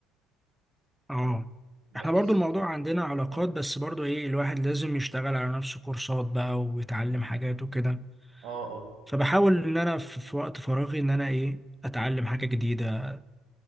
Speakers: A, in the centre; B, on the right (about 75°).
A: اه
B: بحيث
A: احنا برضو الموضوع عندنا علاقات
B: اه
A: بس برضو ايه الواحد لازم يشتغل على نفسه كورسات بقى ويتعلم حاجات وكده
B: اه اه
A: فبحاول ان انا في في وقت فراغي ان انا ايه اتعلم حاجة جديدة